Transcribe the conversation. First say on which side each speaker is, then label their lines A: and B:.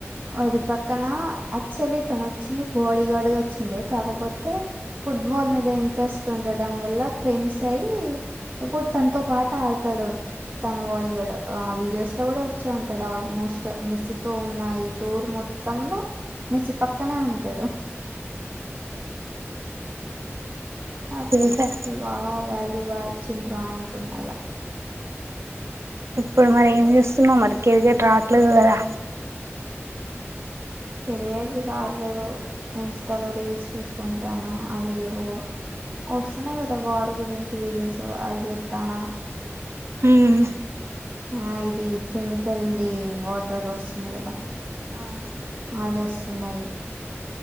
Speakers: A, on the right; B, on the right.
A: వడి పక్కన యాక్చువల్లీ తను వచ్చింది బాడీ గార్డ్ డుగొచ్చిండు కాకపోతే ఫుట్బాల్ మీద ఇంట్రెస్ట్ ఉండటం వల్ల ఫ్రెండ్స్ అయి ఇప్పుడు తనతో పాటు ఆడతడు తన బాడీగాడు ఆ వీడియోస్లో కూడా వచ్చేఉం టడుఆల్మోస్ట్ మెస్సీతో ఉన్న ఈ టూర్ మొత్తంలో మెస్సి పక్కనే ఉంటడు ఆ ఫ్రెండ్షిప్
B: చూసా
A: కి బాగా వాల్యూ బాగా ఇచ్చిండ్రా అనుకున్నా ఇగ
B: ఇప్పుడు మరేం చేస్తున్నవు మరి క్రికెట్ రావట్లేదు గదా
A: క్రికెట్ట్లు రాట్లేదు ఇంస్టాలో రీల్స్ చూసుకుంటాన్న అవి ఏవో వస్తున్నాయ్ కదా వార్ గురించి వీడియోస్ అవి చూత్తాన్నా
B: ఉమ్
A: ఆ ఇది కెమికల్ది వాటర్ వస్తుంది కదా
B: అవును
A: అదే వస్తున్నయి